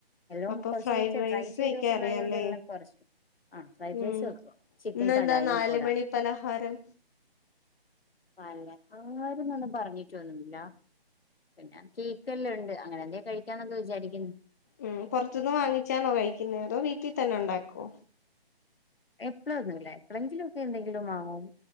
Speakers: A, on the left (about 70°); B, on the left (about 15°).
A: എല്ലാം
B: അപ്പൊ
A: കുറച്ച്
B: ഫ്രൈഡ്
A: കുറച്ച്
B: റൈസ്
A: ട്രൈ ചെയ്ത്
B: വെക്കാൻ
A: നോക്കുന്ന
B: അറിയാല്ലേ
A: ആയ കൊണ്ട് എല്ലാം കുറച്ച് ആഹ ഫ്രൈഡ്
B: ഉം
A: റൈസ് വക്കും ചിക്കൻ
B: ഇന്നെന്താ
A: കടായിയും
B: നാല്
A: കൂടെ
B: മണി പലഹാരം
A: അഹ് അങ്ങാരന്നൊന്നും പറഞ്ഞിട്ടൊന്നുമില്ല പിന്നെ കേക്ക്ല്ലാം ഉണ്ട് അങ്ങനെ എന്തേലും കഴിക്കാന്നൊന്ന് വിചാരിക്കുന്നു
B: ഉം പുറത്തുന്ന് വാങ്ങിച്ചാണോ കഴിക്കുന്നേ അതോ വീട്ടിൽ തന്നെ ഉണ്ടാക്കോ
A: എപ്പള ഒന്നും ഇല്ല എപ്പോളെങ്കിലും ഒക്കെ എന്തെങ്കിലും വാങ്ങും